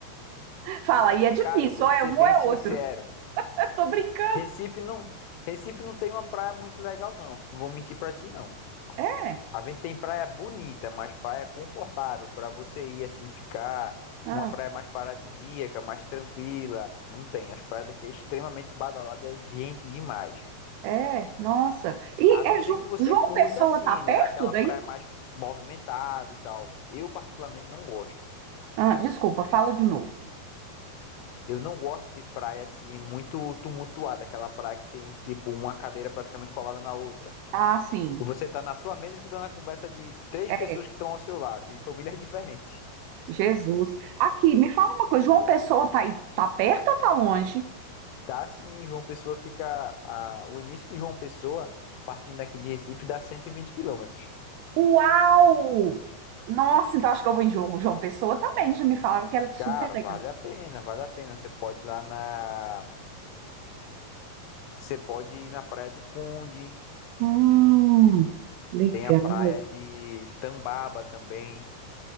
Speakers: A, on the right; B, on the left.
A: Fala, aí é difícil,
B: cara, eu vou
A: ou
B: te
A: é
B: ser
A: um
B: bem
A: ou é
B: sincero.
A: outro. <laughs> Eu tô brincando.
B: Recife não, Recife não tem uma praia muito legal não, não vou mentir para ti não.
A: É,
B: A gente tem praia bonita, mas praia confortável para você ir assim ficar.
A: ah,
B: Uma praia mais paradisíaca, mais tranquila. Não tem. As praias daqui é extremamente badalada, é gente demais.
A: é, nossa. E
B: A não
A: é
B: ser
A: Ju-
B: que você
A: João
B: curta
A: Pessoa
B: assim,
A: tá perto
B: né? Aquela
A: daí?
B: praia mais movimentada e tal. Eu particularmente não gosto.
A: Ah, desculpa, fala de novo.
B: Eu não gosto de praia assim muito tumultuada, aquela praia que tem tipo uma cadeira praticamente colada na outra.
A: Ah, sim.
B: E você tá na sua mesa escutando a conversa de três
A: É,
B: pessoas que estão ao seu lado, de famílias <laughs> diferentes.
A: Jesus. Aqui, me fala uma coisa. João Pessoa tá aí, tá perto ou tá longe?
B: Tá sim, em João Pessoa fica. a- o início de João Pessoa, partindo daqui de Recife, dá 120 quilômetros.
A: Uau! Nossa, então acho que eu vou em João, João Pessoa também. Já me falava que é super
B: Cara,
A: legal.
B: vale a pena, vale a pena. Você pode ir lá na. Você pode ir na Praia do Conde,
A: Hum, legal.
B: tem a praia de Tambaba também.